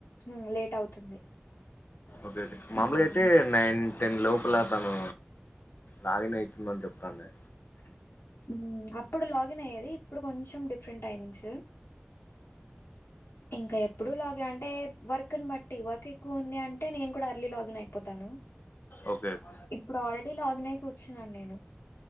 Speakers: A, on the left; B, on the left.
A: ఉం లేట్ అవుతుంది
B: ఓకే ఓకే మామూలుగా
A: ఇంకా
B: అయితే నైన్ టెన్ లోపల తను లాగిన్ అయితుందన్ చెప్తాండే
A: ఉమ్మ్మ్ అప్పుడు లాగిన్ అయ్యేది ఇప్పుడు కొంచెం డిఫరెంట్ టైమింగ్స్ ఇంకా ఎప్పుడూ లాగి అంటే వర్క్ న్ బట్టి వర్క్ ఎక్కువ ఉంది అంటే నేను కూడా అర్లీ లాగిన్ అయిపోతాను
B: ఓకేత్
A: ఇప్పుడు ఆల్రెడీ లాగిన్ అయి కూర్చున్నాన్ నేను